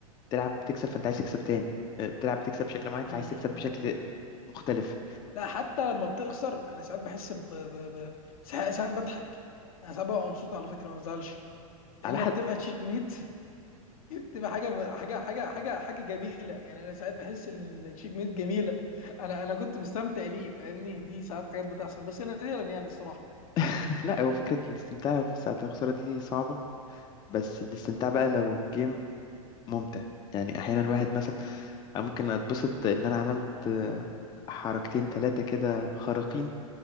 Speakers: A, on the left; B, on the left.
A: بتلعب بتكسب فانت عايز تكسب تاني آه، بتلعب بتكسب بشكل معين فعايز
B: مم.
A: تكسب بشكل مختلف
B: لا حتى لما بتخسر انا ساعات بحس ب... ب... ب... ساعات ساعات بضحك انا ساعات ببقى مبسوط على فكره ما بزعلش لان
A: على حد
B: بتبقى تشيك ميت تبقى حاجه حاجه حاجه حاجه حاجه جميله يعني انا ساعات بحس ان التشيك ميت جميله انا انا كنت مستمتع ليه فاهمني دي ساعات حاجات بتحصل بس نادرا يعني الصراحه
A: <laughs> لا هو فكرة الاستمتاع في ساعة الخسارة دي صعبة بس الاستمتاع بقى لو الجيم ممتع يعني أحيانا الواحد مثلا أنا ممكن أتبسط إن أنا عملت آه، حركتين تلاتة كده خارقين